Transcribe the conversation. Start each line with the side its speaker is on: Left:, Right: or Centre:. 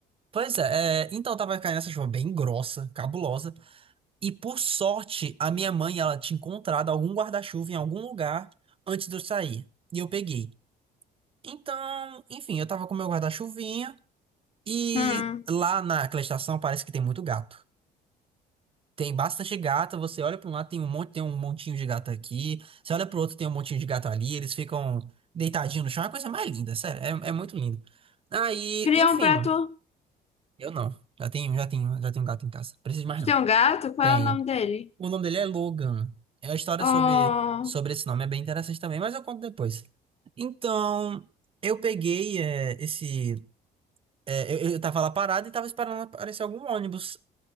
Right: Pois é, é, então tava caindo essa chuva bem grossa, cabulosa. E por sorte, a minha mãe, ela tinha encontrado algum guarda-chuva em algum lugar antes de eu sair. E eu peguei. Então, enfim, eu tava com meu guarda-chuvinha e
Left: Hum.
Right: lá naquela estação parece que tem muito gato. Tem bastante gato, você olha para um lado, tem um monte, tem um montinho de gato aqui. Você olha pro outro, tem um montinho de gato ali, eles ficam deitadinhos no chão, é a coisa mais linda, sério, é, é muito lindo. Aí,
Left: Criou
Right: enfim,
Left: um prato.
Right: eu não. Já tenho, já tenho, já tenho gato em casa. Preciso de mais
Left: Tu
Right: não.
Left: tem um gato? Qual
Right: Tenho.
Left: é o nome dele?
Right: O nome dele é Logan. É a história
Left: Oh,
Right: sobre, sobre esse nome, é bem interessante também, mas eu conto depois. Então, eu peguei é, esse. é, eu, eu tava lá parado e tava esperando aparecer algum ônibus.